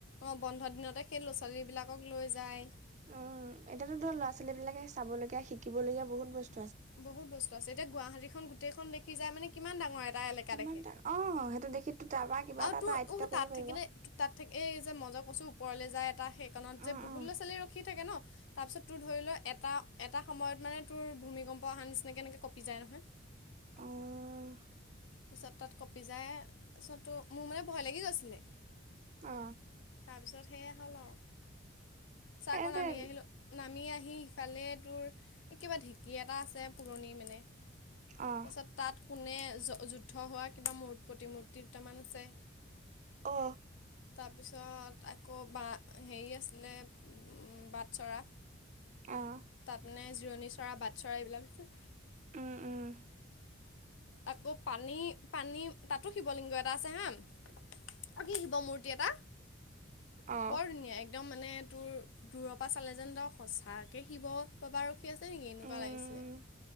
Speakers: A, on the left (about 70°); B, on the right (about 40°).
A: অ বন্ধ দিনতে সেই ল'ৰা ছোৱালী বিলাকক লৈ যায়।
B: উম এতিয়াতো ধৰ লৰা ছোৱালী বিলাকে চাব লগীয়া শিকিবলগীয়া বহুত বস্ত-
A: বহুত বস্তু আছে এতিয়া গুৱাহাটীখন গোটেইখন দেখি যায় মানে কিমান ডাঙৰ এটা এলেকা
B: কিমান
A: দেখে।
B: তাৰ অ সেইটো দেখিতো তাৰপা কিবা
A: আৰু
B: এটা
A: তোৰ
B: আয়ত্ব
A: উহ
B: কৰিব
A: তাত
B: পাৰিব।
A: থাকিলে তাত থাকি এই যে মজক কছো ওপৰলে যায়। টা সেইকণত যে
B: উম
A: বহুত
B: উম
A: ল'ৰা ছোৱালীয়ে ৰখি থাকে যে ন তাৰপিছত তোৰ ধৰি লোৱা এটা এটা সময়ত মানে তোৰ ভূমিকম্প অহাৰ নিচিনাকে এনেকে কঁপি যায় নহয়।
B: অহ।
A: তাৰপিছত তাত কঁপি যায় তাপিছতো মোৰ মানে ভয় লাগি গৈছিলে।
B: অ।
A: তাৰপিছত সেয়া হ'ল আও, চা
B: এইটো
A: কন আমি আহিলো। নামি আহি ইফালে তোৰ কিবা ঢেঁকী এটা আছে পুৰণি মানে।
B: অ
A: তাৰপাছত তাত কোনে যুদ্ধ হোৱা কিবা মূ প্ৰতিমূৰ্তি দুটামান আছে
B: অ
A: তাৰপিছত আকৌ বা হেৰি আছিলে বাট চৰা।
B: আহ।
A: তাত মানে জিৰণি চৰা বাট চৰা এইবিলাক আছে।
B: উম উম।
A: আকৌ পানী পানী তাতো শিৱলিংগ এটা আছে হা। অ কি শিৱ মূৰ্তি এটা
B: অ
A: বৰ ধুনীয়া এক- দম মানে তোৰ দূৰৰ পৰা চালে যেন দ সঁচাকে শিৱ পাবা আৰ- ক্ষী আছে নেকি এনেকুৱা
B: উম
A: লাগিছিলে,